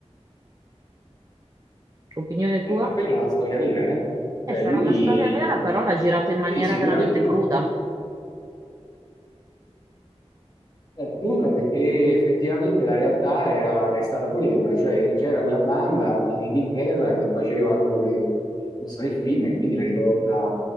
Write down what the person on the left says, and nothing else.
Eh, ma quella è una storia vera, eh?
Cioè
lui,
sì, sicuramente,
è cruda perché effettivamente la realtà era, è stata quella, cioè in- c'era quella banda in Inghilterra che faceva quello che che mostra nel film e quindi la riporta,